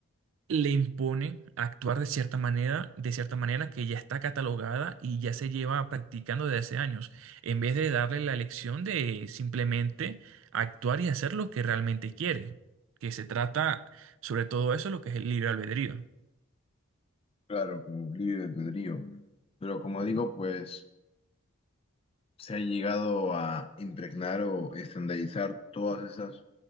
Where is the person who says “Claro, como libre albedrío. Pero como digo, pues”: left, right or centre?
Left